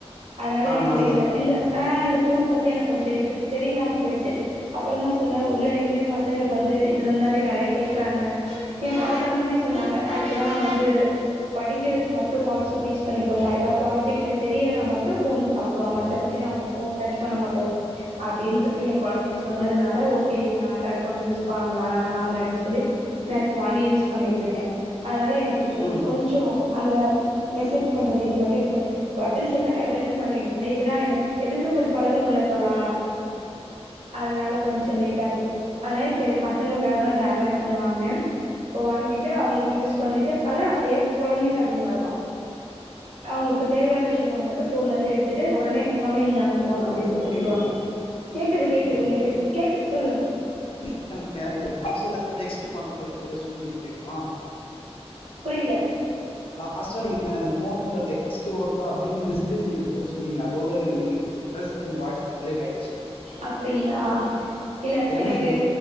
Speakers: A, on the right; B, on the left.
A: அதனால
B: ஆ
A: எனக்கு
B: நல்லது
A: இந்த இந்த ஆ இந்த ஃபோன் பத்தி எனக்கு கொஞ்சோ இது தெரியாம போயிருச்சு அப்புறோ தா சொன்னே உள்ள இனிமே பசங்களுக்கு வந்து இதுல இருந்துதாடி நறைய கேக்குறாங்க எ பசங்களுமே சொன்னாங்க ஆக்சுவலா நாங்க வந்து படிக்கிறதுக்கு மட்டு வாட்ஸ்அப் யூஸ் பண்ணிக்கிறோமா ஏதாது ப்ராஜெக்டுக்கு தெரிலனா மட்டு ஃபோன் பாக்குறோமா மத்தபடிலா ஒ ஃபோன் டச் பண்ண மாட்டோ அப்டீன்னு சொல்லி எ கொழந்தைங்க சொன்னதுனால ஓகே நா ஆண்ட்ராய்ட் ஃபோன் யூஸ் வாங்கலா வாங்குற அப்டி சொல்லி நா இப்ப வாங்கி யூஸ் பண்ணிட்ருக்க அதனால எனக்கு இது
B: ம்
A: கொஞ் சோ அந்த மெசேஜ் பண்றது இது மட்டு எடுப்ப பட்டன் செல்னா டக்கு டக்குன்னு பண்ணிடுவ இதுனா எனக் எதுமே கொஞ்சோ பழகனோ இல்ல தோழா அதனால கொஞ்சோ லேட் ஆகுது ஆனா இப்ப எ பசங்களுக்காக தா இந்த ஆண்ட்ராய்ட் ஃபோன் வாங்குனே இப்ப வாங்கிட்டு அவுங்குளுக்கு யூஸ் பண்ணிட்டு அதா எ கொழந்தைங்களு அதே மாரிதா அவுங்குளுக்கு தேவையான விஷயங்கள மட்டு ஃபோன்ல இருந்து எடுத்துட்டு ஒடனே மம்மி இந்தாங்க ஃபோன் அப்டி
B: ஹலோ
A: சொ
B: தல
A: குடுத்துருவாங்க
B: கேக்குதுங்களா
A: கேக்குது கேக்குது
B: கேக்குதுங்களா
A: நீங்க பேசு கேக்குது சொல்லுங்க
B: <unintelligible> டெக்ஸ்ட் பண்றது எத சொன்னீங்க தெரியுமா
A: புரியுல
B: லாஸ்ட்டா நீங்க அந்த ஃபோன்ல டெக்ஸ்ட்டு ஓடு அப்டீன்னு மெசேஜ்ஜு ஏதோ சொன்னீங்க அதோட எனக்கு நீங்க நீங்க பேசறது எனக்கு வாய்ஸ் பிரேக் ஆயிடுச்சு
A: அப்டீங்ளா இல்ல
B: என்ன
A: எனக்கு
B: சொல்ல